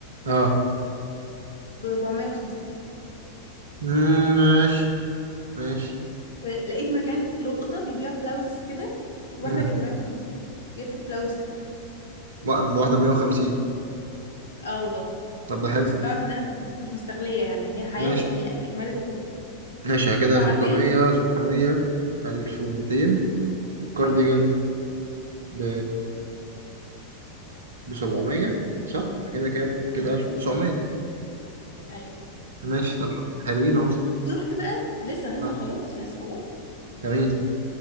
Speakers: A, on the right; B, on the left.
A: اه
B: بربعمية وخمسين
A: مم، ماشي ماشي
B: ولقيت مكان لقطة بيبيع بلاوز كده الواحدة
A: مم.
B: كانت بمية وخمسين جبت بلاوز كمان
A: وا- واحدة ب 150
B: اه والله
A: طب ده حلو
B: عشان تعرف ان انا مش مش مستغلية يعني هي حياة
A: ماشي
B: اللي اجملت كده
A: ماشي يعني كده
B: وبعدين
A: 600 600 1200 والكارديجان ب ب 700 صح يبقى كده كام
B: امم
A: كده 1900
B: ايوه ايوه
A: ماشي طب ما حلوين اهو
B: رحت بقى لسه لسه
A: اه
B: مخلصت عشان لسه خلصت
A: جميل